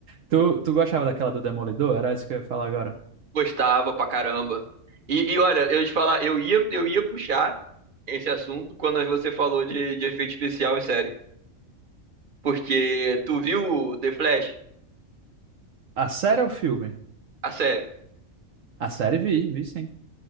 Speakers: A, on the right; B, on the right.
A: Tu, tu gostava daquela do Demolidor? Era isso que eu ia falar agora.
B: Gostava pra caramba. E, e olha, eu ia te falar, eu ia, eu ia puxar esse assunto quando você falou de, de efeito especial em série. Porque tu viu The Flash?
A: A série ou o filme?
B: A série.
A: A série vi, vi sim.